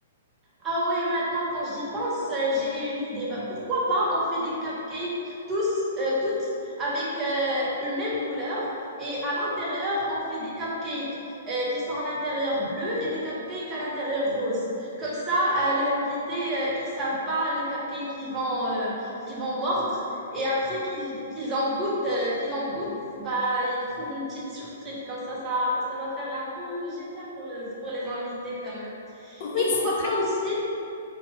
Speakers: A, on the right (about 20°); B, on the left (about 40°).
A: Ah ouais, maintenant quand j'y pense, euh, j'ai une idée. Bah, pourquoi pas on fait des cupcakes tous, euh, toutes avec euh, une même couleur et à l'intérieur on fait des cupcakes euh, qui sont à l'intérieur bleu et des cupcakes à l'intérieur rose. Comme ça, euh, les invités euh, ils savent pas le cupcake qu'ils vont euh, qu'ils vont mordre et après qu'ils qu'ils en goûtent euh, qu'ils en goûtent, bah ils trouvent une petite surprise. Comme ça, ça ça va faire un peu génial pour les pour les invités quand même.
B: Oui,
A: Et pourquoi
B: c'est très
A: pas aussi